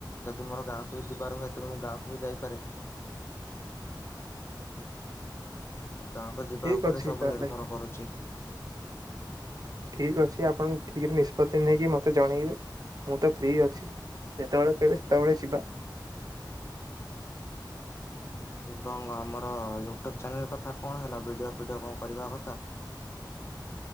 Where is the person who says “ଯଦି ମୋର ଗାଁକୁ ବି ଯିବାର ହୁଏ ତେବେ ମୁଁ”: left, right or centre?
Left